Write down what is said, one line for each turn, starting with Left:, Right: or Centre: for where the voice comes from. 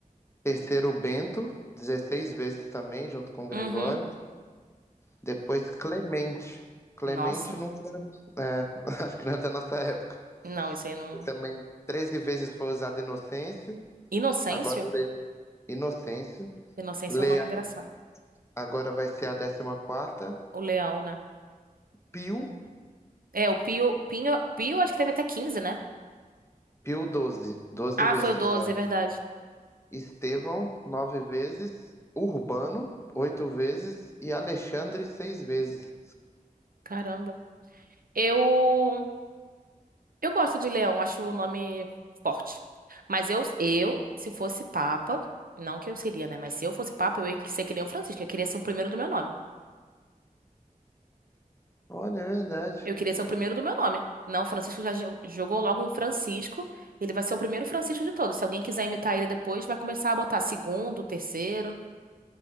Left: Terceiro, Bento, 16 vezes também, junto com Gregório.
Right: Uhum.
Left: Depois, Clemente. Clemente
Right: Nossa.
Left: não. É, <laughs> acho que não é da nossa época.
Right: Não, isso aí eu não.
Left: E também 13 vezes foi usado Inocêncio.
Right: Inocêncio?
Left: Agora, Le... Inocêncio.
Right: Inocêncio
Left: Leão,
Right: é um nome engraçado.
Left: agora vai ser a décima quarta.
Right: O leão, né?
Left: Pio,
Right: É, o Pio, Pinho, Pio acho que teve até 15, né?
Left: Pio 12 12
Right: Ah,
Left: vezes
Right: foi o 12,
Left: usado.
Right: é verdade.
Left: Estevão, nove vezes, Urbano, oito vezes e Alexandre, seis vezes.
Right: Caramba. Eu eu gosto de leão, acho o nome forte. Mas eu eu, se fosse papa, não que eu seria, né, mas se eu fosse papa, eu ia ser que nem o Francisco, eu queria ser o primeiro do meu nome.
Left: Olha, é verdade.
Right: Eu queria ser o primeiro do meu nome. Não, o Francisco já jo- jogou logo um Francisco, ele vai ser o primeiro Francisco de todos. Se alguém quiser imitar ele depois, vai começar a botar segundo, terceiro.